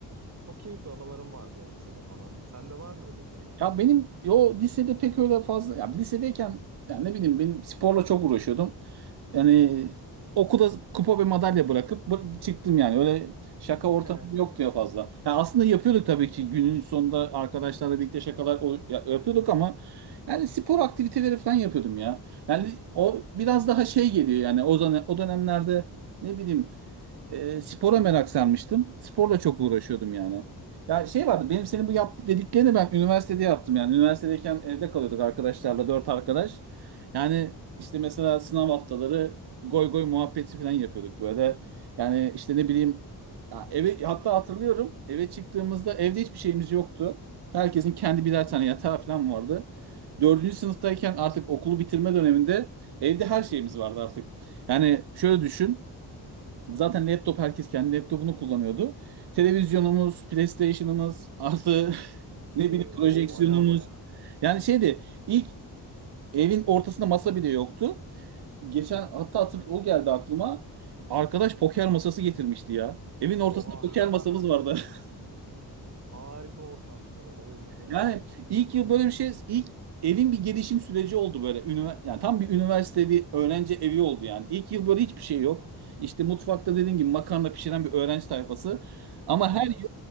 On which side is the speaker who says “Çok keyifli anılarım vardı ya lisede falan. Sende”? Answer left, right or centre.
Right